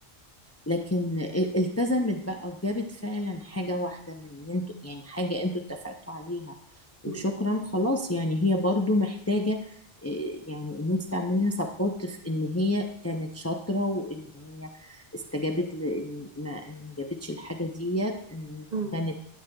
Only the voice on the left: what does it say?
لكن ال- التزمت بقى وجابت فعلا حاجة واحدة من ان انتوا يعني حاجة انتوا اتفقتوا عليها وشكرا
خلاص يعني هي برضو محتاجة إيه، يعني ان انت تعملي لها سبورت في ان هي كانت شاطرة وان هي استجابت لان ما إن ما جابتش الحاجة ديت ان
كانت